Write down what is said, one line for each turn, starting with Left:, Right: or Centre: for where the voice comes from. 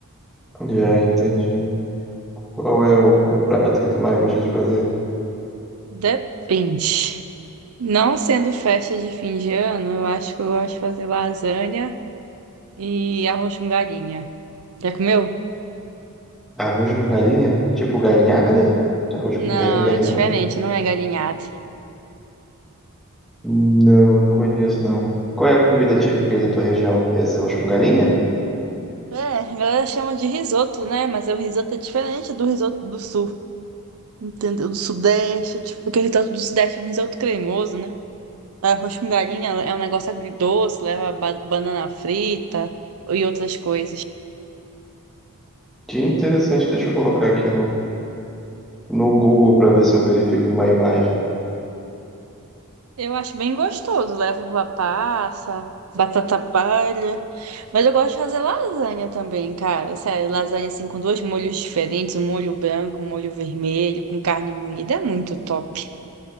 Centre: Já entendi. Qual é o, o prato que tu mais gosta de fazer?
Right: Depende. Não sendo festa de fim de ano, eu acho que eu gosto de fazer lasanha. e arroz com galinha. Já comeu?
Centre: Arroz com galinha? Tipo galinhada? Arroz
Right: Não,
Centre: com galinha, galinhada.
Right: é diferente, não é galinhado.
Centre: Não, eu não conheço, não. Qual é a comida típica aí da tua região? É esse arroz com galinha?
Right: É, a galera chama de risoto, né? Mas é o risoto é diferente do risoto do sul, entendeu? Do sudeste, tipo, porque o risoto do sudeste é um risoto cremoso, né? Arroz com galinha é um negócio agridoce, leva ba- banana frita e outras coisas.
Centre: Que interessante, deixa eu colocar aqui no Google para ver se eu verifico uma imagem.
Right: Eu acho bem gostoso. Levo uva passa, batata palha. Mas eu gosto de fazer lasanha também, cara. Sério, lasanha assim com dois molhos diferentes, um molho branco, um molho vermelho, com carne moída. É muito top.